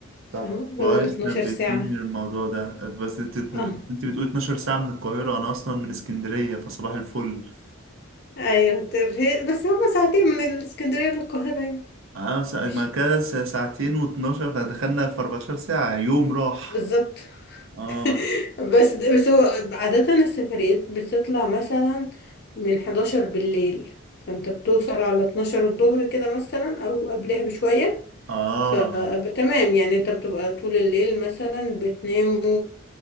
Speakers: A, on the right (about 65°); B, on the left (about 50°).
A: طب
B: فاهمه
A: كويس
B: بدل 12
A: نبهتيني
B: ساعه
A: للموضوع ده بس انت انت
B: اه
A: بتقول 12 ساعه من القاهره انا اصلا من اسكندريه فصباح الفل
B: ايوه طب هي- بس هما ساعتين من الاسكندريه للقاهره يعني
A: اه سا-
B: مش-
A: ما كده سا- ساعتين و12 فدخلنا في 14 ساعه يوم راح
B: بالظبط
A: اه
B: <laughs> بس بس هو عاده السفريات بتطلع مثلا من 11 بالليل فانت بتوصل على 12 الظهر كده مثلا او قبلها بشويه
A: اه
B: فتمام يعني انت بتبقى طول الليل مثلا بتنام